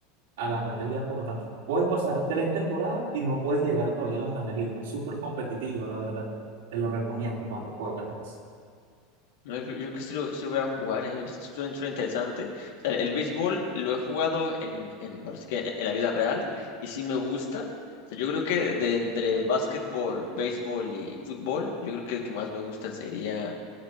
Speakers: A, on the right; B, on the left.
A: a las grandes ligas como tal. Puedes pasar tres temporadas y no puedes llegar todavía a las grandes ligas. Es súper competitivo, la verdad. Te lo recomiendo cuando puedas.
B: No, yo yo creo que sí lo, sí lo voy a jugar, eh, Suena, suena interesante. O sea, el béisbol lo he jugado en, en, ahora sí que en en la vida real y sí me gusta. O sea, yo creo que de entre básquetbol, béisbol y fútbol, yo creo que el que más me gusta sería